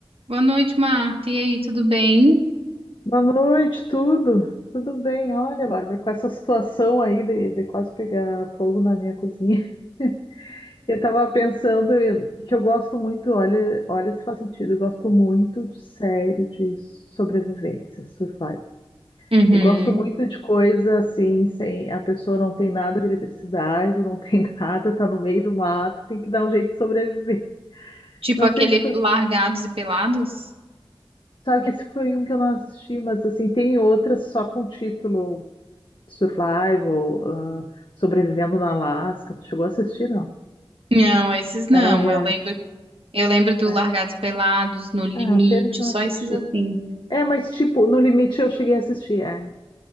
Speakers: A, on the right; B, on the left.
A: Boa noite, Marta. E aí, tudo bem?
B: Boa noite, tudo? Tudo bem? Olha, Bárbara, com essa situação aí de, de quase pegar fogo na minha cozinha, <laughs> eu tava pensando que eu gosto muito, olha, olha se faz sentido, eu gosto muito de série de sobrevivência, survival.
A: Uhum.
B: Eu gosto muito de coisa assim, sem a pessoa não tem nada de eletricidade, não tem <laughs> nada, tá no meio do mato, tem que dar um jeito de sobreviver.
A: Tipo
B: Não
A: aquele
B: sei se tu
A: Largados e Pelados?
B: sabe que esse foi um que eu não assisti, mas assim, tem outras só com título. Survival, ah, Sobrevivendo na Alasca. Tu chegou a assistir, não?
A: Não, esses não.
B: Era um reality.
A: Eu lembro, eu lembro do
B: É.
A: Largados e Pelados, No Limite,
B: Ah, pena que não
A: só
B: assisti.
A: esses assim.
B: É, mas tipo, No Limite eu cheguei a assistir, é.